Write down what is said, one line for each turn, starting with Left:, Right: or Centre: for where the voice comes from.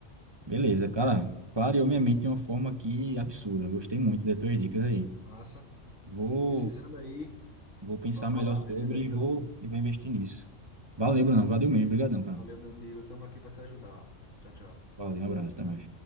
Right: Beleza, cara. Clareou minha mente de uma forma que absurda. Eu Gostei muito das tuas dicas aí.
Left: Massa.
Right: Vou,
Left: Precisando aí,
Right: vou pensar
Left: pode
Right: melhor
Left: falar, beleza
Right: sobre
Left: aí,
Right: e vou, e vou investir nisso. Valeu, Bruno. Valeu mesmo. Obrigadão, cara.
Left: Valeu, meu amigo. Estamos aqui para se ajudar. Tchau, tchau.
Right: Valeu, um abraço, até mais.